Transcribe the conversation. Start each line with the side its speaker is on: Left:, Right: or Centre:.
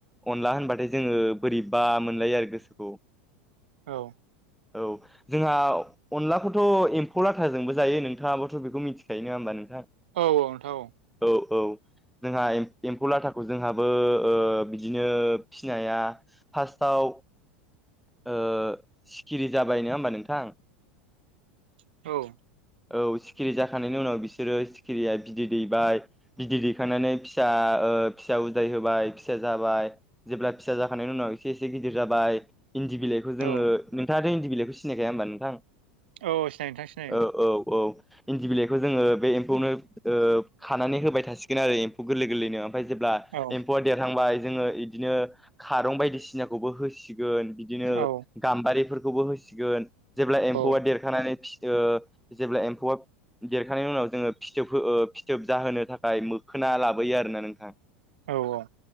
Centre: अनला होनबाथाय जोंङो बोरैबा मोनलायो आरो गोसोखौ
Right: औ
Centre: औ जोंहा अनलाखौ खौथ' एम्फौ लाथाजोंबो जायो नोंथांङाबोथ' बेखौ मिथिखायो नोंङा होमबा नों
Right: औ नोंथां
Centre: औ औ जोंहा एम्फौ लाथाखौ जोंहाबो ओ बिदिनो फिनाया फार्स्ट थाव ओ सिखिरि जाबाय नोंङा होमबा नोंथां
Right: औ
Centre: औ सिखिरि जाखांनायनायनि उनाव बिसोरो खिरिया बिदै दैबाय बिदै दैखांनानै फिसा ओ फिसा उदाय होबाय फिसा जाबाय जेब्ला फिसा जाखांनायनि उनाव एसे एसे गिदिर जाबाय इन्दि बिलाइखौ जोंङो
Right: औ
Centre: नोंथांङाथ' इन्दि बिलाइखौ सिनायखाया होमबा नोंथां
Right: औ सिनायो नोंथां सिनायो
Centre: औ औ इन्दि बिलाइखौ जोंङो बे एम्फौनो ओ खानानै होबाय थासिगोन आरो एम्फौ गोरलै गोरलैनो ओमफ्राय जेब्ला
Right: औ
Centre: एम्फौआ देरहांबाय जोंङो इदिनो खारं बायदिसिनाखौबो होसिग गोन बिदिनो
Right: औ
Centre: गाम्बारिफोरखौबो होसिगोन जेब्ला एम्फौआ
Right: औ
Centre: देरखानानै फियो जेब्ला एम्फौआ देरखांनायनि उनाव जोङो फिथोब फिथोब जाहोनो थाखाय मोखोना लाबोयो आरोना नोंथां
Right: औ औ